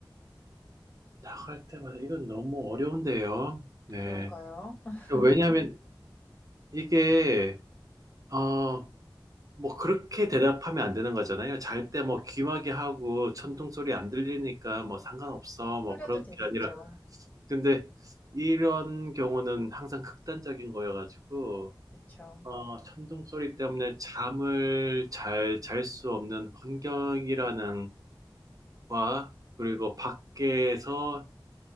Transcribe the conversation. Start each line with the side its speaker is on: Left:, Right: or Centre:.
Right: 나갈 때마다 이건 너무 어려운데요. 네.
Left: 그런가요? <laughs>
Right: 왜냐하면 이게, 어, 뭐 그렇게 대답하면 안 되는 거잖아요. 잘 때 뭐 귀마개 하고 천둥 소리 안 들리니까 뭐 상관없어. 뭐
Left: 그래도
Right: 그렇게
Left: 되겠죠.
Right: 아니라. 근데 이런 경우는 항상 극단적인 거여가지고,
Left: 그쵸.
Right: 어, 천둥 소리 때문에 잠을 잘 잘 수 없는 환경이라는 과 그리고 밖에서